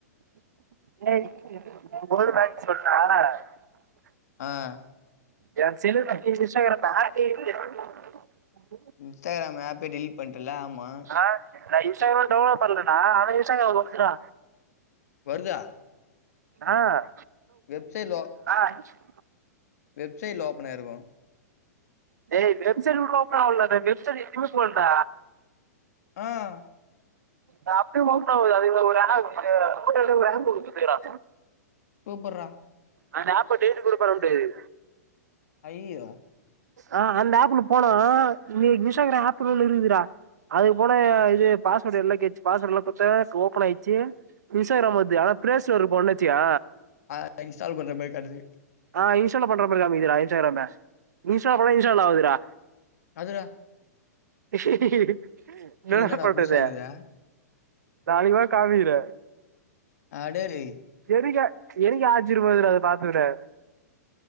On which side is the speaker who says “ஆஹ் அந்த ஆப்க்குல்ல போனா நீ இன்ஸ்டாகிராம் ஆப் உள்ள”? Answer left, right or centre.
Right